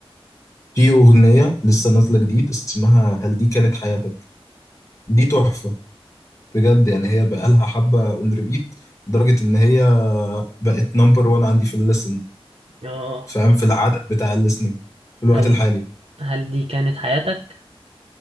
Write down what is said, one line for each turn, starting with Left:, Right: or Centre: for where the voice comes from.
Left: في اغنيه لسه نازله جديد اسمها هل دي كانت حياتك دي تحفه بجد يعني هي بقالها حبه اون ريبيت لدرجه ان هي بقت نمبر وان عندي في الليسن
Right: اه
Left: فاهم في العدد بتاع الليسننج في الوقت
Right: هل
Left: الحالي
Right: هل دي كانت حياتك